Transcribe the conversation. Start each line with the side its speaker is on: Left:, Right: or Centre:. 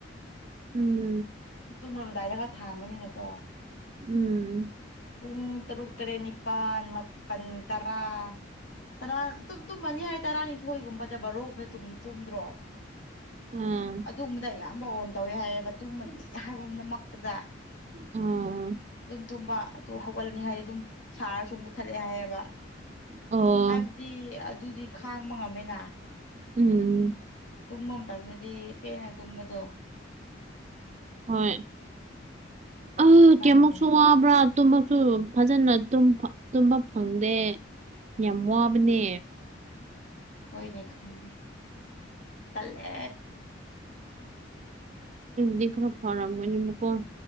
Right: ꯎꯝ
Left: ꯇꯨꯝꯃꯔꯝꯗꯥꯏꯗ ꯈꯔ ꯊꯥꯝꯃꯅꯤꯅꯦꯀꯣ
Right: ꯎꯝ
Left: ꯄꯨꯡ ꯇꯔꯨꯛ ꯇꯔꯦꯠ ꯅꯤꯄꯥꯜ ꯃꯥꯄꯜ ꯇꯔꯥ ꯇꯔꯥ ꯇꯨꯝꯃꯅꯤ ꯍꯥꯏ ꯇꯔꯥꯅꯤꯊꯣꯏꯒꯨꯝꯕꯗꯕ ꯔꯣꯛꯅꯨꯝ ꯇꯨꯝꯗ꯭ꯔꯣ
Right: ꯎꯝ
Left: ꯑꯗꯨꯒꯨꯝꯕꯗ ꯑꯌꯥꯝꯕ ꯑꯣꯟ ꯇꯧꯋꯦ ꯍꯥꯏꯌꯦꯕ ꯇꯨꯝꯃꯅꯤ ꯍꯥꯏꯕꯗꯃꯛꯇꯗ
Right: ꯎꯝ
Left: ꯇꯨꯝꯕ ꯑꯗꯨ ꯍꯧꯒꯠꯂꯅꯤ ꯍꯥꯏꯗꯤ ꯑꯗꯨꯝ ꯁꯥꯔꯁꯨ ꯃꯨꯊꯠꯂꯦ ꯍꯥꯏꯌꯦꯕ
Right: ꯑꯣ
Left: ꯍꯥꯏꯕꯗꯤ ꯑꯗꯨꯗꯤ ꯈꯥꯡꯕ ꯉꯝꯃꯤꯅ
Right: ꯎꯝ
Left: ꯇꯨꯝꯕ ꯑꯃ ꯇꯅꯗꯤ ꯄꯦꯅ ꯇꯨꯝꯕꯗꯣ
Right: ꯍꯣꯏ ꯑ
Left: ꯑꯗꯨꯃꯥꯏꯅ
Right: ꯀꯃꯁꯨ
Left: ꯑꯣꯏꯌꯦ ꯍꯥꯏ
Right: ꯋꯥꯕ꯭ꯔꯥ ꯑꯗꯨ ꯁꯨ ꯐꯖꯅ ꯇꯨꯝꯕ ꯐꯪꯗꯦ ꯌꯥꯝ ꯋꯥꯕꯅꯦ
Left: ꯀꯣꯏ ꯅ ꯈꯥꯦ ꯇꯜꯂꯦ
Right: ꯗꯤ ꯈꯔ ꯐꯔꯝꯒꯅꯤ ꯃꯀꯣ